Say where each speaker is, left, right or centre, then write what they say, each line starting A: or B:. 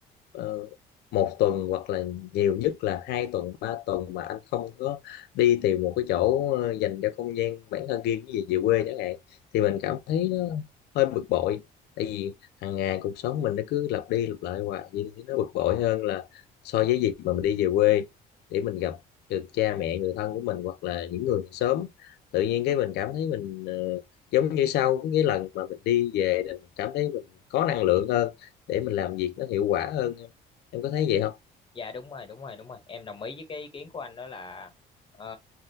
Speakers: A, on the left; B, on the left.
A: ờ, một tuần hoặc là nhiều nhất là hai tuần ba tuần mà anh không có đi tìm một cái chỗ ờ, dành cho không gian bản thân riêng cái gì về quê chẳng hạn thì mình cảm thấy nó hơi bực bội tại vì hàng ngày cuộc sống mình nó cứ lặp đi lặp lại hoài như thế nó bực bội hơn là so với việc mà mình đi về quê để mình gặp được cha mẹ người thân của mình hoặc là những người sớm tự nhiên cái mình cảm thấy mình ờ, giống như sau cái cái lần mà mình đi về là mình cảm thấy có năng lượng hơn để mình làm việc nó hiệu quả hơn em em có thấy vậy không
B: dạ đúng rồi đúng rồi đúng rồi em đồng ý với cái ý kiến của anh đó là ờ,